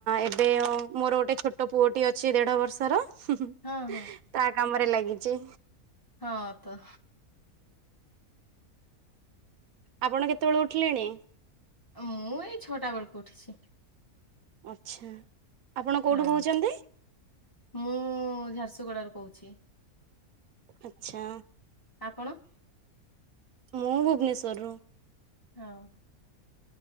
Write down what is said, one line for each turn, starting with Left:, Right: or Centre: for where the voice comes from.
Right: ଏବେ ଓ ମୋର ଗୋଟେ ଛୋଟ ପୁଅଟି ଅଛି ଦେଢ ବର୍ଷର। ତା
Left: ହଁ ହଁ
Right: କାମରେ ଲାଗିଚି।
Left: ହଁ ତ।
Right: ଆପଣ କେତେବେଳେ ଉଠିଲେଣି?
Left: ମୁଁ ଏଇ ଛଅଟା ବେଳକୁ ଉଠିଛି।
Right: ଆଛା ଆପଣ କୋଉଠୁ
Left: ହଁ।
Right: କହୁଛନ୍ତି?
Left: ମୁଁ ଝାରସୁଗୁଡାରୁ କହୁଛି।
Right: ଆଛା।
Left: ଆପଣ।
Right: ମୁଁ ଭୁବନେଶ୍ଵରରୁ।
Left: ହଁ।